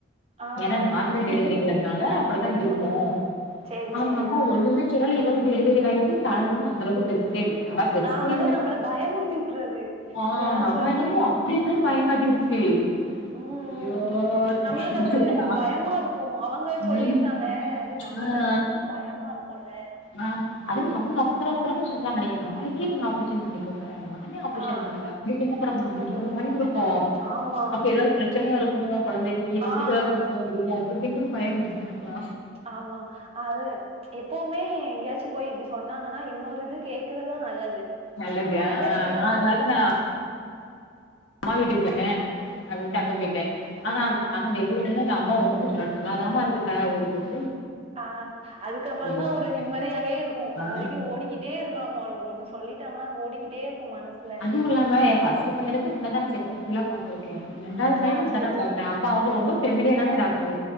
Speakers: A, on the right (about 30°); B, on the left (about 70°).
A: ஆ
B: எனா
A: ஆ
B: நார்மல்
A: அது
B: டெலிவரிங்கறத்னால அப்டித்தா இருக்கு
A: ம் ம் சேரி
B: அந்ந
A: சேரி
B: அம்மா
A: ஆ
B: ஒண்ணுமே சொல்லல இவனு டெலிவரி ஆகிட்டு தல ஒன்னும் அந்தளவுக் பெருசே இல்ல தல பெருசே
A: ஆ அது
B: இல்ல
A: நம்மள பயமுறுத்தி விட்டுறது
B: ஆ
A: எதையாவது
B: அந்த அம்மா
A: சொல்லி
B: எனமோ அப்டி இப்டின் பயங்காட் டிருசி
A: ம்
B: அய்யோ
A: ம்
B: யோ
A: நம்மளுக்கு அது
B: சொன்னனா
A: பயமா இருக்கு அவங்க சொல்லிடுறாங்க
B: ம்
A: அது நம்மளுக்கு
B: ஆ ஆ
A: ரொம்ப பயமா இருக்குல்ல
B: ஆ அதயு
A: ம்
B: அவ்ங்களு அவசர அப்றமா சொல்றாங்க நீங்க நாளைக்கே நீங்க ஆப்ரேஷன் பண்ணிக்கோங்க ஒடனே ஆப்ரேஷன்
A: ஆ
B: பண்ணுங்க அப்டிங்கறப்ப நம்ளுக்கு
A: ஆ ம்
B: எவ்ளோ
A: ம்
B: பயோ இருக்கு
A: ஆமா
B: அப்ப எதாது ப்ரச்சனயா இருக்குமோ கொழந்தைக்கி நம்ளுக்கு
A: ஆ
B: ஏதாது ப்ரச்சன வந்துருமோ அப்டி இப்டிங்குற பயோ வந்துருச்சு எனக்லா
A: ஆமா அது எப்பவுமே எங்கேயாச்சு போய் இப்டி சொன்னாங்கன்னா இன்னொரு இது கேக்குறது நல்லது
B: நல்லது.
A: நெறைய
B: ஆ
A: பேர் அப்டிதா
B: நான் அதனால
A: ஆமா
B: தான் நான் அம்மா வீட்டுக் பொய்ருகே அப்டின்டு அங்க போய்ட்டே ஆனா
A: ஆ ஆ
B: ஆனாடெய்லி என்னனா இல்ல அம்மா
A: நல்லது
B: ஒண்ணுமே சொல்ல நல்லாதாமா இருக்குட்ட ஒரு ப்ர
A: ஆ அதுக்கப்றோதா
B: அப்டின்னாங்க.
A: ஒரு நிம்மதியாவே இருக்கு
B: ஆ.
A: அது வரிக்கு ஓடிகிட்டே இருக்கு நம்ம ஒரு ஒன்னு சொல்லிட்டாங்கனா ஓடிகிட்டே இருக்கு மனசு
B: அதுவு இல்லாம எ ஃபஸ்டு பையனுக்கு இங்கதா நா செக்கப்குலா பாத்துருக்கே ரெண்டாவது பையனுகு
A: ஆ
B: இங்கதா
A: சேரி சேரி
B: பாத்தே அப்ப அவுங்க ரொம்ப ஃபமிலியரான டாக்ட்ரு